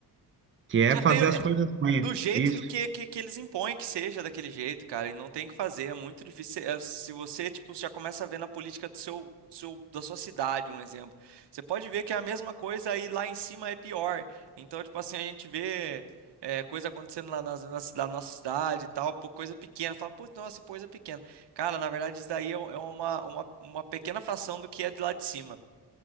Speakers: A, on the right (about 30°); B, on the right (about 75°).
A: que é
B: Já
A: fazer
B: tem. é,
A: as coisas ruins.
B: do jeito
A: Isso,
B: do que, que, que eles impõem que seja daquele jeito, cara, e não tem o que fazer, é muito difícil. É, se você, tipo, já começa a ver na política do seu, do seu, da sua cidade, um exemplo, você pode ver que é a mesma coisa e lá em cima é pior. Então, tipo assim, a gente vê é, coisa acontecendo lá na, na, cida- na nossa cidade e tal, pô, coisa pequena. Fala, putz, nossa, coisa pequena. Cara, na verdade, isso daí é, um- é uma, uma, uma pequena fração do que é de lá de cima.